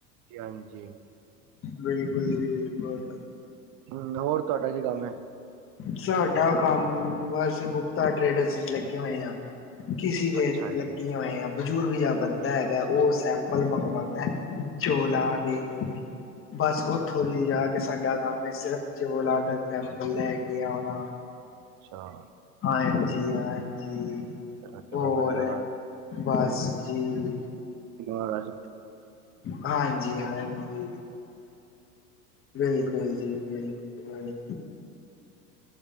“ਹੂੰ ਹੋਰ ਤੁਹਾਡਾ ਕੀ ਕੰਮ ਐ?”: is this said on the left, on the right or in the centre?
Right